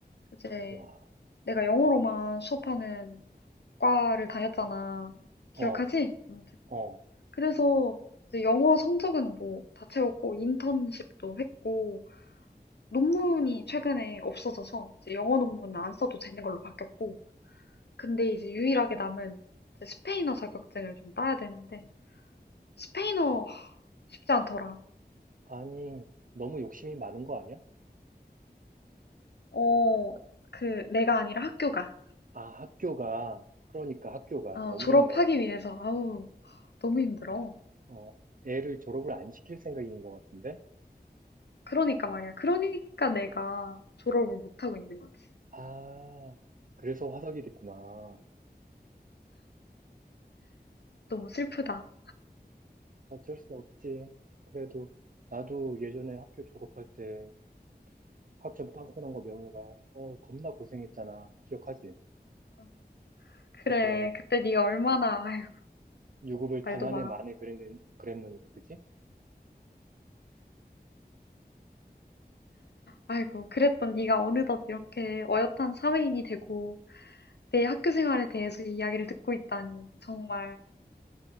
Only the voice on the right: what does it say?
와,
어,
어.
아니, 너무 욕심이 많은 거 아니야?
아, 학교가, 그러니까 학교가
너무했네.
어, 애를 졸업을 안 시킬 생각인 것 같은데?
아, 그래서 화석이 됐구나.
어쩔 수 없지. 그래도 나도 예전에 학교 졸업할 때 학점 빵꾸 난 거 명유라, 어, 겁나 고생했잖아. 기억하지?
그때
유급을
당한
애 만에 그랬는, 그랬는데, 그지?